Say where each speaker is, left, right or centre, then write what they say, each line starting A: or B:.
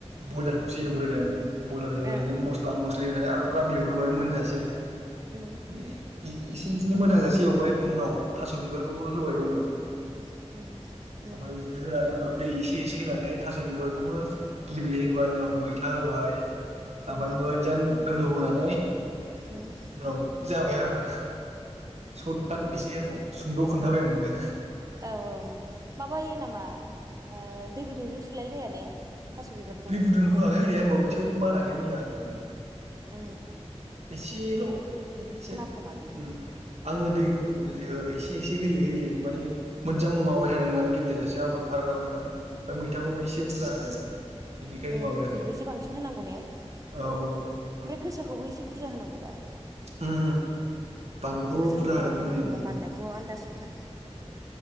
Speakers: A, on the right; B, on the right.
A: ब्रयलारखौसो एवग्रोदों ब्रयलार एवनानै
B: ओ
A: बिदिनो
B: ओ
A: मस्ला मस्लि होनानै आरा म एवग्रोबाय मोनजासे
B: उम
A: बिदि इसे बिदिनो मोजांजासे एवबाय उनाव थास' बिबारखौबो होबायबावनो
B: उ उ
A: आ बि बिजनेस रानै हो दै एसे एसे होनानै थास बिबारखौबो गेब्ले होबाय उनाव मैथा होबाय
B: उम
A: ओमफ्राय मोजां गोदौ होनानै उनाव
B: उम
A: जाबाय आरोा सर्ट काट एसे उनाव सुंद खोनथाबाय आरो नोङो
B: औ औ माबायो नामा ओ दै गुदुंजों सुलाय लाया ने थास' बिबारखौ
A: दै गुदुं होआखै होनाया होमबाबो थेवबो मानाखै मैया आं संनाया
B: उ
A: एसेल एसे
B: खोमा बियो
A: उ आङो दैखौ एसे एसे होयो। माने मोजां माबाय थादों होननानै गेब्लेेजासिम आरामनो ओमफ्राय मैथाखौबो एसे बुरजा होदों। बेनिखायनो
B: उ
A: माबायाखै
B: गोखैखौ एसे बांसिन होनांगौ ने ओमफ्राय
A: औ औ
B: गोसाखौबो एसे बुरजा होनांगौ दाथ
A: उ उ बानलुखौबो
B: ज्रोम
A: बुरजा
B: खालामनांगौ
A: होदोंमोन मैया
B: होमबा
A: औ
B: माननायखौ आन्दाज मोना